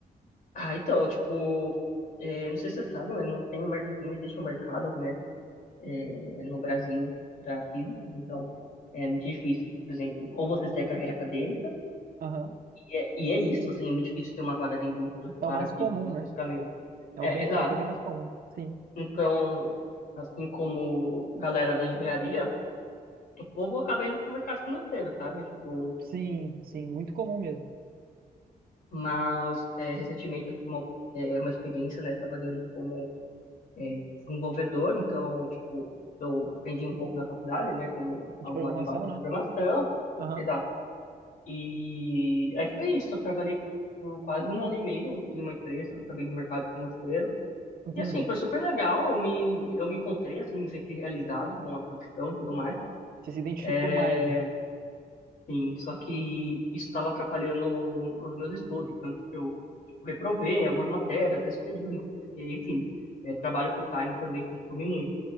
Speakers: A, on the left; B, on the right.
A: ah, então, tipo, é, não sei se você sabe, mas não tem um, mer- não existe um mercado, né, é, no Brasil para físicos, então é muito difícil, por exemplo, ou você segue a carreira acadêmica,
B: Aham.
A: e é, e é isso, assim, é muito difícil ter uma vaga na indústria
B: É
A: para
B: o mais
A: físicos
B: comum,
A: especificamente.
B: né? É
A: É,
B: o bem,
A: exato.
B: é o que é bem mais comum. Sim.
A: Então, assim como galera da engenharia, o povo acaba indo para o mercado financeiro, sabe? Tipo,
B: Sim, sim, muito comum mesmo.
A: mas é, recentemente eu tive uma, é, uma experiência, né, trabalhando como é, desenvolvedor, então, tipo, eu aprendi um pouco na faculdade, né, como
B: De
A: algumas
B: programação,
A: linguagens de
B: né?
A: programação,
B: Aham.
A: exato. E aí foi isso, eu trabalhei por quase um ano e meio em uma empresa, também no mercado financeiro,
B: Entendi.
A: e assim, foi super legal, eu me, eu me encontrei, assim, me senti realizado com a profissão e tudo mais,
B: Você se identificou
A: É,
B: mais, né?
A: Sim, só que isso estava atrapalhando o- os meus estudos, tanto que eu tipo, reprovei em algumas matérias nesse período, porque, enfim, é, trabalho full-time também consome muito.